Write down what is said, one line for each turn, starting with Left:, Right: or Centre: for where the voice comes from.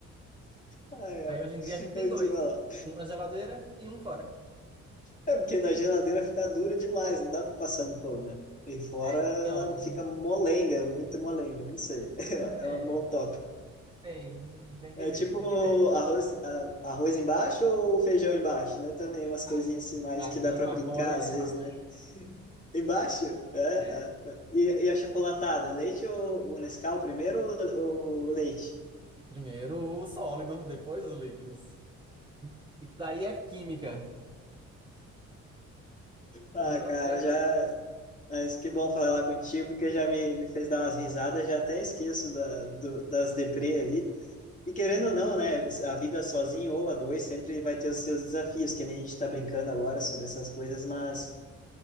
Left: Ai, ai.
Right: Aí hoje em dia a gente tem
Left: Eu
Right: dois,
Left: te falar.
Right: um na geladeira e um fora.
Left: É porque na geladeira fica dura demais, não dá pra passar no pão, né? E fora ela
Right: Então,
Left: fica molenga, muito molenga, não sei. <laughs> É
Right: é.
Left: uma mão top.
Right: Tem, tem que
Left: É
Right: ver,
Left: tipo
Right: tem que ver.
Left: arroz, a- arroz embaixo ou feijão embaixo, né? Também umas coisinhas
Right: Ah, é.
Left: assim mais
Right: Pra
Left: que
Right: mim,
Left: dá pra
Right: o
Left: brincar
Right: arroz
Left: às
Right: é
Left: vezes,
Right: embaixo.
Left: né? Embaixo? É,
Right: É.
Left: tá. tá. E, e a chocolatada? Leite ou o Nescau primeiro ou, ou leite?
Right: Primeiro o sólido, depois os líquidos. Isso daí é química.
Left: Ah,
Right: Não
Left: cara,
Right: tem.
Left: já. Mas que bom falar contigo, porque já me, me fez dar umas risadas, já até esqueço da, do- das deprê ali. E querendo ou não, né? A vida sozinho ou a dois sempre vai ter os seus desafios, que nem a gente tá brincando agora sobre essas coisas, mas.